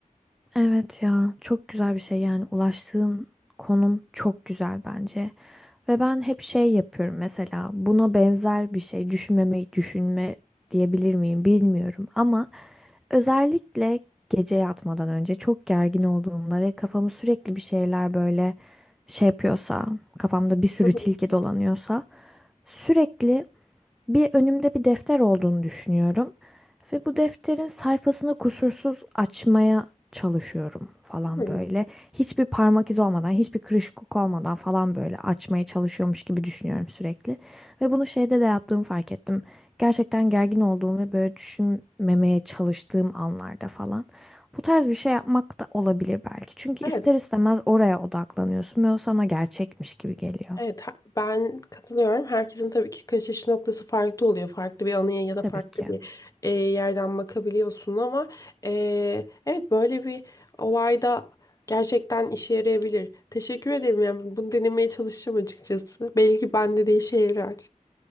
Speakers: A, in the centre; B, on the left.
A: Evet ya çok güzel bir şey yani ulaştığın konum çok güzel bence. Ve ben hep şey yapıyorum mesela buna benzer bir şey düşünmemeyi düşünme diyebilir miyim bilmiyorum ama özellikle gece yatmadan önce çok gergin olduğumda ve kafamı sürekli bir şeyler böyle şey yapıyorsa kafamda bir sürü
B: Hı hı.
A: tilki dolanıyorsa sürekli bir önümde bir defter olduğunu düşünüyorum ve bu defterin sayfasını kusursuz açmaya çalışıyorum falan
B: Hmm.
A: böyle. Hiçbir parmak izi olmadan, hiçbir kırışıklık olmadan falan böyle açmaya çalışıyormuş gibi düşünüyorum sürekli. Ve bunu şeyde de yaptığımı fark ettim. Gerçekten gergin olduğum ve böyle düşünmemeye çalıştığım anlarda falan. Bu tarz bir şey yapmak da olabilir belki. Çünkü
B: Evet,
A: ister istemez oraya odaklanıyorsun ve o sana gerçekmiş gibi geliyor.
B: evet ha- ben katılıyorum. Herkesin tabii ki kaçış noktası farklı oluyor. Farklı bir anıya ya da
A: Tabii
B: farklı
A: ki.
B: bir e, yerden bakabiliyorsun ama e, evet böyle bir olayda gerçekten işe yarayabilir. Teşekkür ederim. Yani bunu denemeye çalışacağım açıkçası. Belki bende de işe yarar.